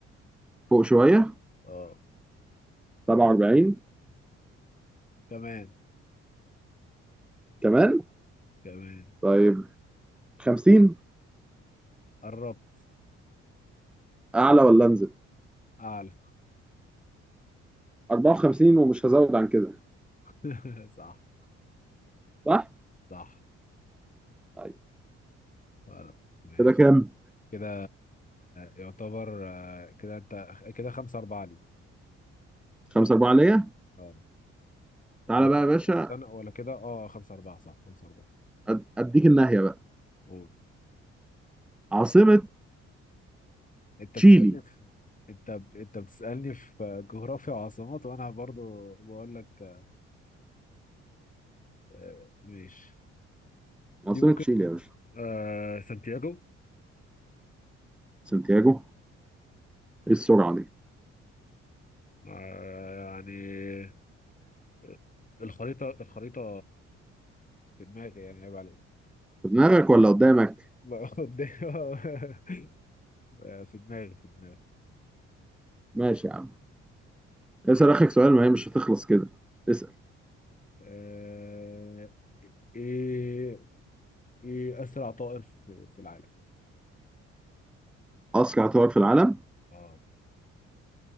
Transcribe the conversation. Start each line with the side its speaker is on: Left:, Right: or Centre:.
Centre: فوق شوية
Left: اه
Centre: 47
Left: كمان
Centre: كمان
Left: كمان
Centre: طيب 50
Left: قربت
Centre: اعلى ولا انزل
Left: اعلى
Centre: 54 ومش هزود عن كده
Left: <laughs> صح
Centre: صح
Left: صح
Centre: طيب
Left: خلاص ماشي
Centre: كده كام
Left: كده يعتبر آه، كده انت كده خمسة أربعة لي
Centre: 5 4 ليا
Left: اه
Centre: تعالى
Left: ولا كده
Centre: بقى يا باشا
Left: استنى ولا كده اه خمسة أربعة صح خمسة أربعة
Centre: أد- اديك الناحيه بقى
Left: قول
Centre: عاصمه
Left: انت
Centre: تشيلي
Left: بتسألني في انت ب... انت بتسألني في جغرافيا وعاصمات وانا برضو بقول لك آه، ماشي دي
Centre: عاصمه
Left: ممكن
Centre: تشيلي يا باشا
Left: آه سانتياغو
Centre: سانتياغو ايه السرعه دي
Left: آه يعني آه، الخريطة الخريطة في دماغي يعني عيب عليك
Centre: في دماغك ولا قدامك
Left: <laughs> لا قدام آه، في دماغي في دماغي
Centre: ماشي يا عم اسال اخك سؤال ما هي مش هتخلص كده اسال
Left: آه، ايه ايه اسرع طائر في, في العالم
Centre: اسرع طائر في العالم
Left: اه